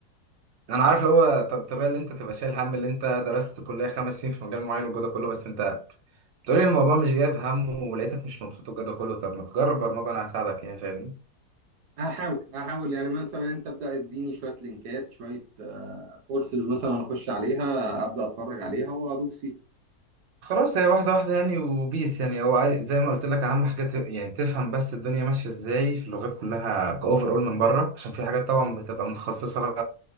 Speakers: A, on the right; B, on the right.
A: انا عارف اللي هو ط- طبيعي اللي انت تبقى شايل هم اللي انت درست كليه خمس سنين في مجال معين والجو ده كله بس انت بتقولي الموضوع مش جايب همه ولقيتك مش مبسوط والجو ده كله طب ما تجرب برمجه انا هساعدك يعني فاهمني
B: هحاول هحاول يعني مثلا انت ابدا اديني شويه لينكات شويه كورسز مثلا اخش عليها ابدا اتفرج عليها وادوس فيها
A: خلاص هي واحده واحده يعني وبيس يعني هو عاي- زي ما قلت لك اهم حاجه ت- يعني تفهم بس الدنيا ماشيه ازاي في اللغات كلها كاوفر اول من بره عشان في حاجات طبعا بتبقى متخصصه